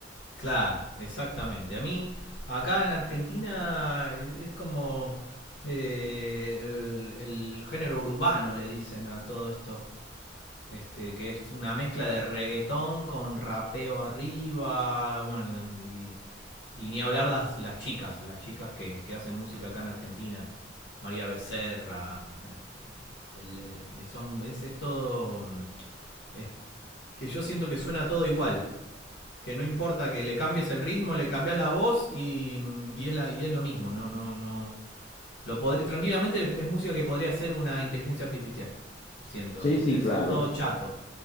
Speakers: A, on the left (about 70°); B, on the left (about 35°).
A: Claro, exactamente. A mí, acá en Argentina, e-, es como eh, el, el género urbano, le dicen a todo esto. Este, que es una mezcla de reggaetón con rapeo arriba, bueno, y, y ni hablar las, las chicas, las chicas que, que hacen música acá en Argentina, María Becerra, este, este, el- el- son, es, es todo, mm, es- que yo siento que suena todo igual, que no importa que le cambies el ritmo, le cambias la voz y, y es, la, y es lo mismo, no, no, no. Lo podría, tranquilamente es música que podría ser una inteligencia artificial. Siento,
B: Sí,
A: es,
B: sí,
A: es,
B: claro.
A: es todo chato.